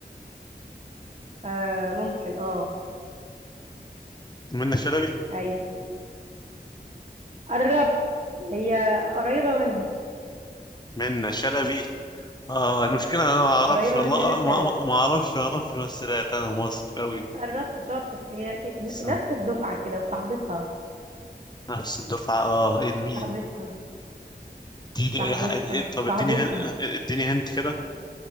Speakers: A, on the right; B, on the left.
A: آه ممكن اه
B: منة شلبي
A: ايوه قربت هي قريبة منها
B: منة شلبي اه المشكلة أنا ما أعرفش
A: قريبة
B: والله
A: من منى شلبي
B: ما ما ما أعرفش ما أعرفش ممثلات أنا مصر أوي
A: انت قربت شاطر هي ن-
B: بس
A: نفس الدفعة كده وصاحبتها
B: نفس الدفعة اه ايه مين
A: صاحبتها
B: اديني
A: صاحبتها
B: اي حاجة إيه- طب
A: صاحبتها
B: اديني هن- اديني هنت كده